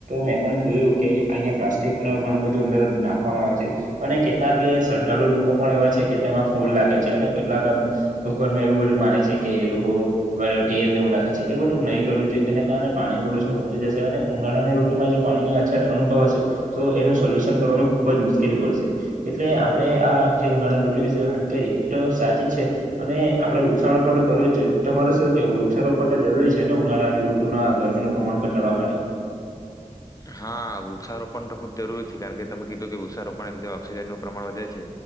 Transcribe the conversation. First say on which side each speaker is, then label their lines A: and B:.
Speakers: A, on the right; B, on the left.
A: મેં પણ જોયું કે અહીંયા પ્લાસ્ટિક ન ઘણું બધું અંદર નાખવામાં આવે છે. અને કેટલાક શ્રદ્ધાળુ લોકો પણ એવા છે કે તેમાં ફૂલ નાખે છે. અને કેટલાક આમ ભગવાનમાં એવું બધું માને છે કે એ લોકો ટેલ એવું લાખે છે. એ બધું નહીં કરવું જોઈએ એને કારણે પાણી પ્રદુષણ હોતું જશે અને ઉનાળાનું ઋતુમાં જો પાણીની અછત અનુભવ હશે તો એનું સોલ્યુશન કરવાનું ખૂબ જ મુશ્કેલી પડશે એટલે આપણે આ જે ઉનાળાની ઋતુ વિશે વાત કરી એ તો સાચી જ છે. અને આપણે વૃક્ષારોપણ તો કરવું જ જોઈએ તમારે શું કેવું વૃક્ષારોપણ તો કરવું જુએ. તમારુ શું કહેવું જરૂરી છે. ને ઉનાળાની ઋતુના ગરમીનું પ્રમાણ ઘટાડવા માટે.
B: હા વૃક્ષારોપણ તો ખુબ જરૂરી છે. કારણ કે તમે કીધું કે વૃક્ષારોપણને લીધે ઓક્સિજનનું પ્રમાણ વધે છે.